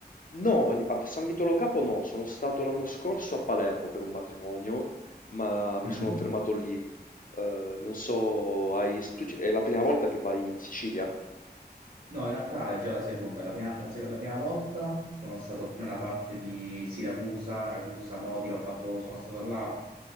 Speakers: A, on the left (about 50°); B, on the right (about 60°).
A: no, in- a San Vito Lo Capo no, sono stato l'anno scorso a Palermo per un matrimonio, ma mi
B: Mm.
A: sono fermato lì. Eh, non so, hai, tu ci- è la prima volta che vai in Sicilia?
B: No, in realtà è già la seconda. La prima, la se- la prima volta sono stato più nella parte di Siracusa, Ragusa, Modica. Ho fatto, sono stato là